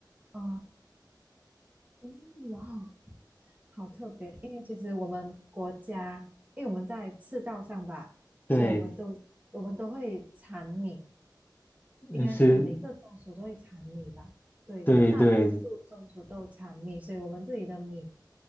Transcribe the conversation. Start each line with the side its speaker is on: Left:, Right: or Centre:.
Right: 哦，嗯哇哦，好特别！因为其实我们国家，因为我们在赤道上吧，
Left: 对，
Right: 所以我们都我们都会产米，
Left: 嗯是，
Right: 应该说每个宗族都会产米吧？对，
Left: 对对，
Right: 大多数宗族都产米，所以我们这里的米